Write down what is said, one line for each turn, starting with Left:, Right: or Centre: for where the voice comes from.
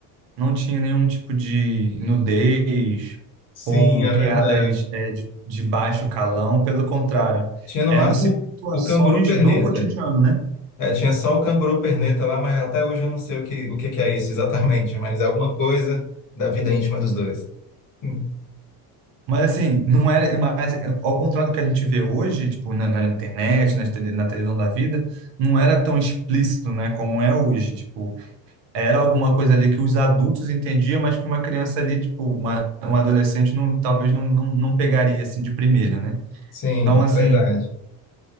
Right: não tinha nenhum tipo de nudez
Left: Sim,
Right: ou
Left: é
Right: piadas
Left: verdade.
Right: é, de, de baixo calão, pelo contrário,
Left: Tinha no
Right: eram
Left: máximo
Right: situações
Left: o canguru perneta.
Right: do cotidiano, né?
Left: É, tinha só o canguru perneta lá, mas até hoje eu não sei o que, o que que é isso exatamente, <laughs> mas é alguma coisa da vida íntima dos dois. Hum.
Right: Mas assim, não era, mas é, ao contrário do que a gente vê hoje, tipo na, na internet, nas tele- na televisão da vida, não era tão explícito, né, como é hoje, tipo, era alguma coisa ali que os adultos entendiam, mas que uma criança ali, tipo, uma, um adolescente não, talvez não, não, não pegaria assim de primeira, né?
Left: Sim,
Right: Então, assim,
Left: verdade.